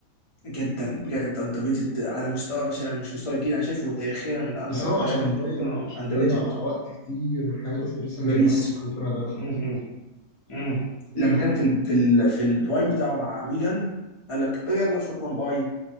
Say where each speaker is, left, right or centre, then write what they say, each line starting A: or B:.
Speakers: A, on the left; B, on the left.
A: جدا بجد اندر ريتد على مستوى مثلا مش مستوى الجيل انا شايفه تاريخيا من أندر-
B: بس
A: اكتر
B: هو عشان
A: اللعيبه اللي
B: ضيع
A: ممكن تكون
B: عشان
A: اندر
B: ضيع
A: ريتد
B: وقت كتير من حياته في باريس سان
A: في باريس
B: جيرمان عمال بيتفرج على الدوري الفرنسي
A: م- م. امم لما كان في ال في ال في البرايم بتاعه مع ميلان قال لك "آه يلا شكرا باي